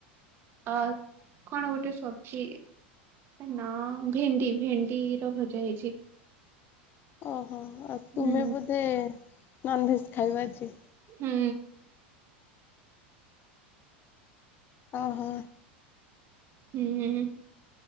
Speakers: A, on the right; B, on the left.
A: ଆ, କଣ ଗୋଟେ ସବଜି ନା ଭେଣ୍ଡି ଭେଣ୍ଡି ର ଭଜା ହେଇଛି।
B: ଓହୋ, ଆଉ ତୁମେ
A: ହୁଁ
B: ବୋଧେ ନନଭେଜ୍ ଖାଇବା ଆଜି?
A: ହୁଁ।
B: ଓହୋ।
A: ହୁଁ,